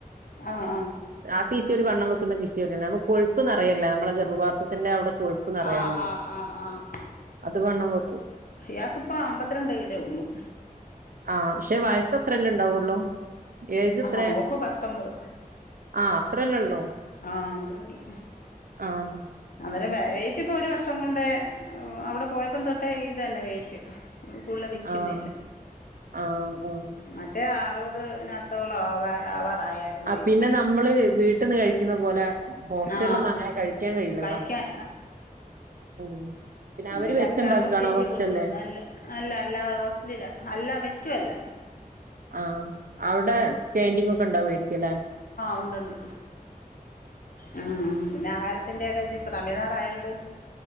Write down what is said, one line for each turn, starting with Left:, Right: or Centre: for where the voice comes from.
Left: ആഹ്
Right: ആ പി സി ഒ ഡി വണ്ണം വെക്കുന്ന പീസി <unintelligible> നമു കൊഴുപ്പ്‌ നെറയല്ല നമ്മളെ ഗർഭാപാത്രത്തിന്റെ അവിടെ കൊഴുപ്പ് നിറയാണല്ലോ
Left: ആ ആഹ് ആഹ് ആഹ് ആ
Right: അത് വണ്ണം വെക്കും
Left: യാക്ക്‌ ഇപ്പൊ അമ്പത്തിരണ്ട് കിലോ ഉള്ളു
Right: ആ പക്ഷെ വയസ്സ് അത്രല്ലേ ഉണ്ടാവുള്ളൂ ഏജ് എത്രേ
Left: ആഹ് മോക്ക് പത്തൊമ്പത്
Right: ആഹ് അത്രല്ലേ ഉള്ളൂ
Left: ആ അത്രേയുള്ളൂ
Right: ആഹ്
Left: അന്നേരവേ വെയിറ്റ് ഇപ്പൊ ഒരു വർഷം കൊണ്ട് അവിടെ പോയപ്പോ തൊട്ടേ ഇത് തന്നെ വെയിറ്റ് കുള്ള് വെക്കുന്നില്ല
Right: ആഹ് ആഹ് ആഹ്
Left: മറ്റേആ അപ്പോത് ഞ തോള ആവാൻ ആവാറായായിരുന്നു
Right: ആ
Left: ആവാ വെയിറ്റ്
Right: പിന്നെ നമ്മള് വീ ട്ട്ന്ന് കഴിക്ക്ന്ന പോലെ ഹോസ്റ്റൽലൊന്നും
Left: ആ
Right: അങ്ങനെ കഴിക്കാൻ കഴിയില്ലല്ലോ
Left: കഴിക്കാൻ
Right: ഉം പിന്നെ
Left: എന്തേലും
Right: അവര് വെച്ചുണ്ടാക്കാണോ
Left: അച്ചാറും ഒക്കെ അല്ല്യേ
Right: ഹോസ്റ്റലില്
Left: കൊണ്ട് പോന്നേ അല്ല അല്ലാ അല്ലാതെ ഹോസ്റ്റലിലാ അല്ലാ വെക്കുവ ല്ല
Right: ആ അവിടെ കാന്റീങ് ഒക്കെ ഉണ്ടായിരിക്കും അല്ലെ
Left: ഉണ്ടുണ്ട് ആ.. ആ.. പിന്നെ ആഹാരത്തിന്റെ ഓക്കെ ഇത്തിരി തമിഴ്നാട് ആയതു കൊണ്ട്